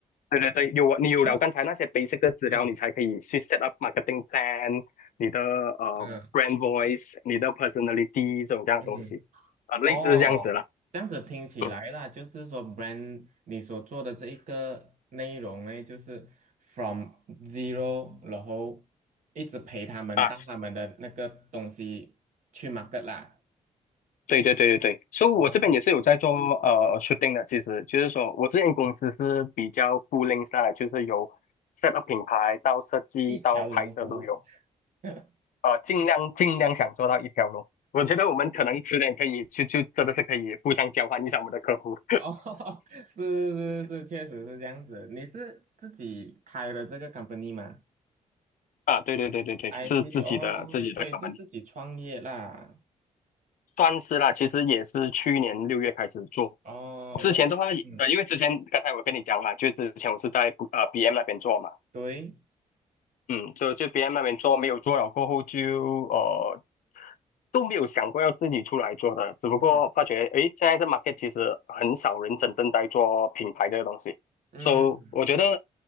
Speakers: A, on the left; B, on the right.
A: 对对对，有你有了刚才那些
B: 都
A: basic 的资料，
B: 嗯
A: 你才可以去 set up marketing plan，你的呃
B: 嗯
A: brand voice，你的 personality 这种这样的东西啊、
B: 嗯
A: 类似这样子了。
B: 哦，这样子听起来啦，
A: 嗯
B: 就是说 brand 你所做的这一个内容呢，就是 from zero，然后一直陪他们到他们的那个东西去
A: 啊，
B: market 啦，
A: 对对对对对，所以我这边也是有在做呃
B: 哦，
A: shooting 的，其实就是说我之前公司是比较 full i n g t h 的，就是由 set up 品牌到设计到拍摄都有，
B: 一条龙服务，<laughs>
A: 呃，尽量尽量想做到一条龙。我觉得我们可能迟点可以去就真的是可以互相交换一下我们的客户
B: 哦，<laughs> 是是是，确实是这样子。你是自己开了这个 company 吗
A: 啊，对对对对对，
B: ？I
A: 是自己的自己的
B: C see，哦，所以是自己创业啦。
A: company，算是啦，其实也是去年六月开始做，
B: 哦，
A: 之前的话呃，
B: 然后，嗯，
A: 因为之前刚才我跟你讲了，就之前我是在呃 BM 那边做嘛。
B: 对，
A: 嗯，就就别人那边做没有做了过后就呃都没有想过要自己出来做的，只不过发觉诶，
B: 嗯
A: 现在这 market 其实很少人真正在做品牌这个东西，so
B: 嗯，
A: 我觉得